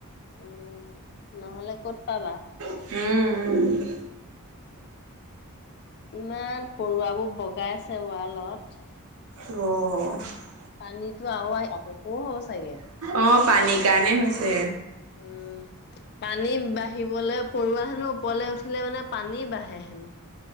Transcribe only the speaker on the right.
উম উম
অ
অ পানীৰ কাৰণে হৈছে।